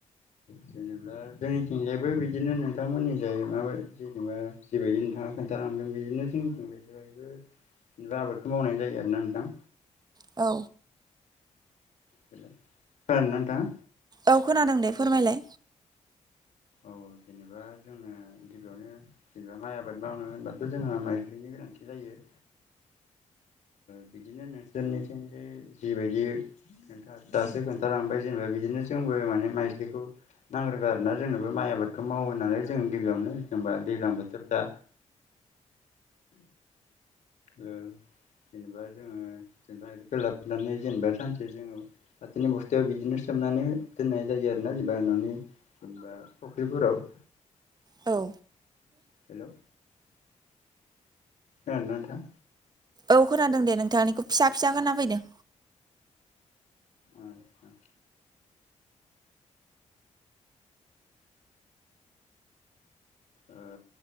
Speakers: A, on the left; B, on the right.
A: जेनेबा जोंनिथिंजायबो बिदिनो नोंथांमोननिजाय माब जेनेबा जिबायदि नोंथाङा खोन्थाां बिदिनो जों बे जायबो जेनेबा आबादखौ मावनाय जायो आरोना नोंथां
B: औ
A: खोनादों ना नोंथाङा?
B: औ खोनादों दे फोरमायलाय
A: औ जेनेबा जोंङो गिबियावनो जेनेबा माइ आबाद मावनो होनबाथ' जोंङो माइलिनि गोनांथि जायो बिदिनो नोंसोरनिथिं जे जिबायदि खथ दासो खोन्थालांबाय जेनेबा बिदिनो जोंबो माने माइस्लिखौ नांग्रोगौ आरोना जोंनोबो माइ आबादखौ मावो होननानै जोंङो गिबियावनो जेनबा दैज्लां बोथोर दा औ जेनेबा जोङो जेनेबा लाबोनानै जेनेबा सानसे जोङो फाथोनि बस्थायाव बिदिनो स खालामनानै दोननाय जायो आरो ना जेनेबा न'नि जेनेबा फुख्रिफोराव
B: औ
A: हेलौ ओ नोंथां
B: औ खोनादों दे नोंथांनिखौ फिसा फिसा खोनाफैदों
A: आदसा ओ